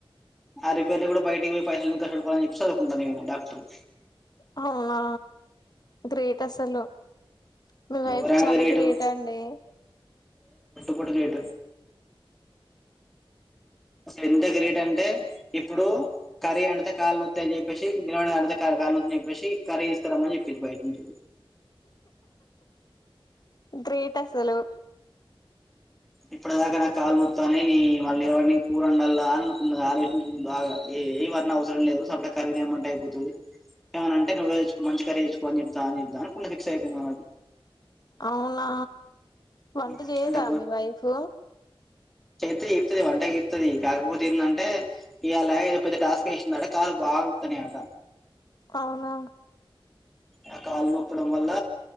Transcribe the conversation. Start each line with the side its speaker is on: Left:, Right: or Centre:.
Centre: ఆ రిపేర్లు కూడా బయటికొయి పైసలుంక్ <unintelligible> జెప్పి సదువుకుంటనెన్ డాక్టరు
Left: అవునా గ్రేట్ అసలు మీ వైఫ్
Centre: ఘోరంగా
Left: చాలా
Centre: రేటు
Left: గ్రేట్ అండి.
Centre: <unintelligible> గేట్ అసలెంత గ్రేట్ అంటే ఇప్పుడు కర్రీ అండుతే కాలునోత్తయని జెప్పేసి <unintelligible> రామని జెప్పేసి కరీ తీస్కారమని జెప్పిరు. బయట్నుంచె
Left: గ్రేట్ అసలు
Centre: ఇప్పటిదాకా నా కాల్నొత్తాన్నయ్ నీ మళ్ళీ ఎవర్ని కూరండలానుకున్నదా <unintelligible> బాగా ఏ ఇవన్నవసరం లేదు. సప్పుడేక కరీ తేమంటే అయిపోతది. ఏమనంటే నువ్వేదెచ్చుకో మంచి కర్రీ దేచ్కొ అని జెప్తా జెప్తాని <unintelligible> ఫిక్స్ ఐపేయింది <unintelligible>
Left: అవునా వంట
Centre: ఉమ్,
Left: చేయదా
Centre: అంటే
Left: మీ వైఫ్
Centre: చేత్తే జేత్తది వంట ఏత్తది. కాకపోతే ఎందంటే ఇయాల ఏదో పెద్ద టాస్క్ ఎసిండ్ అట కాద్ బాగా త్తనేటా
Left: అవున
Centre: ఆ కాలు మొక్కడం వల్ల